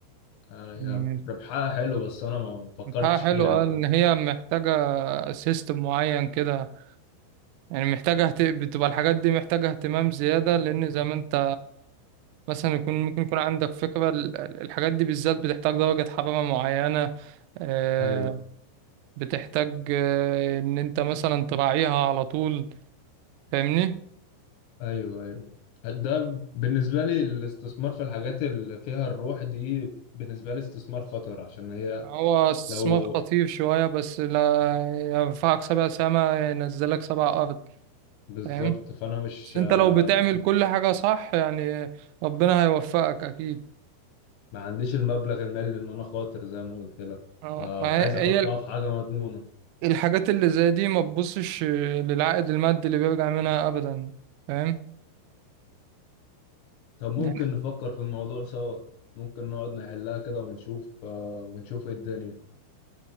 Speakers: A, on the left; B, on the right.
A: يعني
B: مم.
A: هي ربحها حلو بس أنا ما فكرتش
B: بتاعها حلو
A: فيها
B: قال
A: أنا كنت
B: ان هي محتاجة سيستم معين كده يعني محتاجة اهت... بتبقى الحاجات دي محتاجة اهتمام زيادة لأن زي ما أنت مثلا يكون ممكن يكون عندك فكرة ال- ال- الحاجات دي بالذات بتحتاج درجة حرارة معينة آه،
A: أيوه
B: بتحتاج آه، إن أنت مثلا تراعيها على طول فاهمني؟
A: أيوه أيوه ده بالنسبة لي الاستثمار في الحاجات اللي فيها الروح دي بالنسبة لي استثمار خطر عشان هي
B: هو استثمار
A: لو
B: خطير شوية بس لا يرفعك سبع سما ينزلك سبع أرض
A: بالظبط
B: فاهم؟
A: فأنا مش
B: بس أنت
A: آه،
B: لو بتعمل كل حاجة صح يعني ربنا هيوفقك أكيد
A: ما عنديش المبلغ المالي إن أنا خاطر زي ما قلت لك
B: اه
A: فعايز
B: ما هي
A: أحطها
B: هي
A: في حاجة مضمونة
B: الحاجات اللي زي دي ما تبصش آه، للعائد المادي اللي بيرجع منها ابدا فاهم
A: طب ممكن
B: يعني
A: نفكر في الموضوع سوا ممكن نقعد نحلها كده ونشوف آه، ونشوف ايه الدنيا